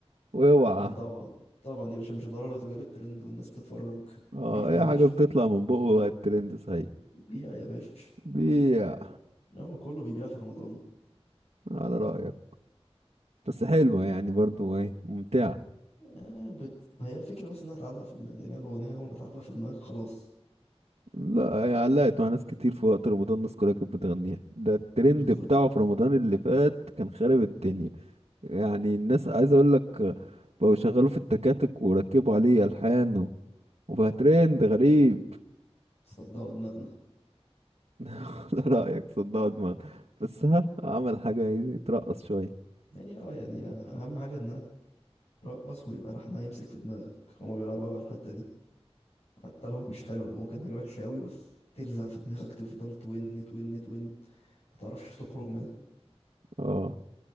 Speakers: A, on the right; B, on the left.
A: واوعى
B: ما طبعا طبعا يا باشا مش ضروري وجاب الترند والناس بتتفرج
A: اه
B: بيع يا
A: اي
B: باشا
A: حاجة بتطلع من بقه بقى الترند صحيح
B: بيع يا باشا
A: بيع
B: هو كله بيبيع في رمضان
A: على رأيك بس حلوة يعني برضو ايه ممتعة
B: آه بت... هي الفكرة بس إنها تعلق في دماغك يعني هي الأغنية أول ما تعلق في دماغك خلاص
A: لا هي علقت مع ناس كتير في وقت رمضان الناس كلها كانت بتغنيها ده الترند
B: بالظبط
A: بتاعه في رمضان اللي فات كان خارب الدنيا يعني الناس عايز اقول لك بقوا شغالوا في التكاتك وركبوا عليه الحان و- وبقى ترند غريب
B: صدعوا دماغنا
A: <laughs> لا رأيك صدقوا دماغ بس ها عمل حاجة يترقص شوية
B: هي اه يعني أهم حاجة إنها ترقص ويبقى لحنها يمسك في دماغك هما بيلعبوا أوي على الحتة دي حتى لو مش حلوة ممكن حاجة وحشة أوي بس تلزق في دماغك تفضل تون تون تون ما تعرفش تخرج منها
A: اه